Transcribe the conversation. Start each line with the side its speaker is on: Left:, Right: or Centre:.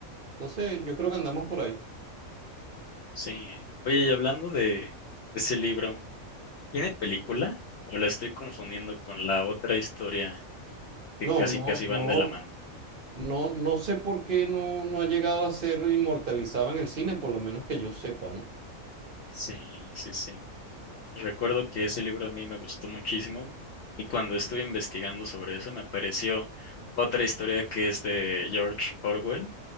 Right: Entonces, yo creo que andamos por ahí.
Left: Sí. Oye, y hablando de ese libro, ¿tiene película? ¿O la estoy confundiendo con la otra historia que
Right: No,
Left: casi
Right: no,
Left: casi
Right: no,
Left: van de la mano?
Right: no, no sé por qué no, no ha llegado a ser inmortalizado en el cine, por lo menos que yo sepa, ¿no?
Left: Sí, sí, sí. Recuerdo que ese libro a mí me gustó muchísimo y cuando estuve investigando sobre eso me apareció otra historia que es de George Orwell,